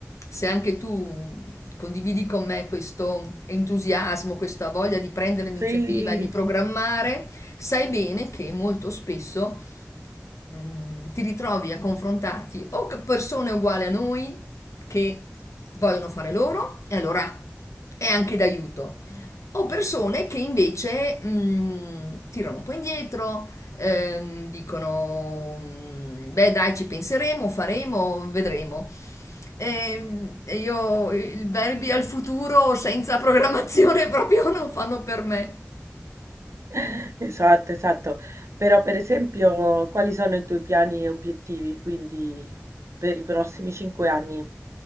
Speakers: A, on the left (about 75°); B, on the right (about 65°).
A: Se anche tu condividi con me questo entusiasmo, questa voglia di prendere l'iniziativa,
B: Sì,
A: di programmare, sai bene che molto spesso mm, ti ritrovi a confrontarti o con persone uguali a noi che vogliono fare loro, e allora è anche d'aiuto o persone che invece mh, tirano un po' indietro, ehm, dicono, mh, beh dai, ci penseremo, faremo, vedremo. Ehm, E io i verbi al futuro senza programmazione <laughs> proprio non fanno per me.
B: <laughs> esatto, esatto. Però per esempio, quali sono i tuoi piani e obiettivi, quindi per i prossimi cinque anni?